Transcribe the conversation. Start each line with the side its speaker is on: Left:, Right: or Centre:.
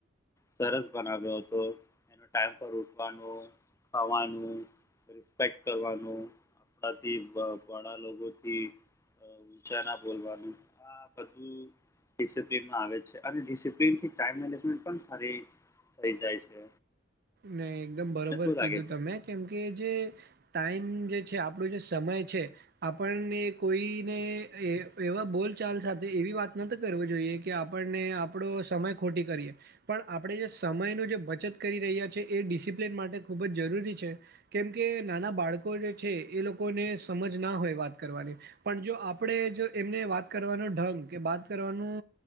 Left: સરસ બનાવયુ હતો ટાઈમ પર ઉઠવાનું ખાવાનું રિસ્પેક્ટ કરવાનું આપડાથી બડા લોકોથી ઉંચા ના બોલવાનું આ બધું ડિસપ્લનમાં આવે છે અને ડિસિપ્લિન થી ટાઈમ મેન્જમેન્ટ પણ સારી રીતે થઈ જાય છે.
Right: ને એકદમ બરોબર
Left: અને શું
Right: કીધું
Left: લાગે
Right: તમે
Left: છે
Right: કેમકે જે ટાઈમ જે છે આપણો જે સમય છે. આપણને કોઈને એવા બોલચાલ સાથે એવી વાત ન કરવી જોઈએ કે આપણને આપણો સમય ખોટી કરીએ પણ આપણે જે સમય નો જે બચત કરી રહ્યા છે એ ડિસિપ્લિન માટે ખૂબ જ જરૂરી છે. કેમ કે નાના બાળકો જે છે એ લોકોને સમજ ના હોય વાત કરવાની પણ જો આપણેે જો એમને વાત કરવાનો ઢંગ કે વાત કરવાનું